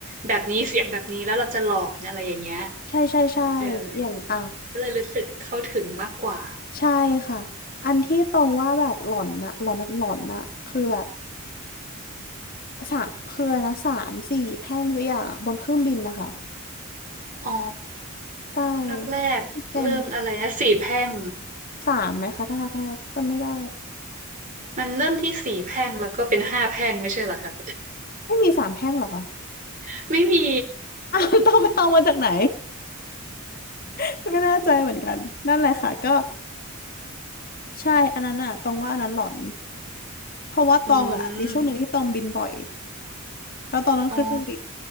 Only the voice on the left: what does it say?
ใช่ใช่ใช่
อย่างอ่ะ
ใช่ค่ะ อันที่ตรงว่าแบบหลอนน่ะ หลอนแบบหลอนน่ะคือแบบสามคืออะไรนะสามสี่แพร่งสักอย่างอะบนเครื่องบินนะคะ
ใช่
ที่เป็นสามไหมคะถ้าภาคแรกจำไม่ได้
ไม่มีสามแพร่งเหรอคะ
<laughs> อ้าวต้องไปเอามาจากไหน <laughs> ไม่แน่ใจเหมือนกันนั่นแหละค่ะก็ใช่อันนั้นอะตองว่าอันนั้นหลอนเพราะว่าตองอะมีช่วงหนึ่งที่ตองบินบ่อย
แล้วตองต้องขึ้นเครื่องบิน